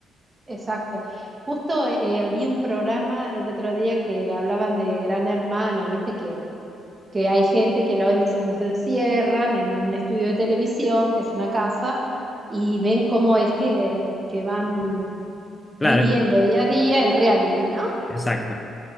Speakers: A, on the right; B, on the left.
A: exacto. Justo eh, vi un programa el otro día que hablaban de Gran Hermano, viste que que hay gente que lo en- los encierran en un estudio de televisión, que es una casa, y ven cómo es que, que van
B: Claro,
A: viviendo
B: es como,
A: día a día el reality, ¿no?
B: exacto.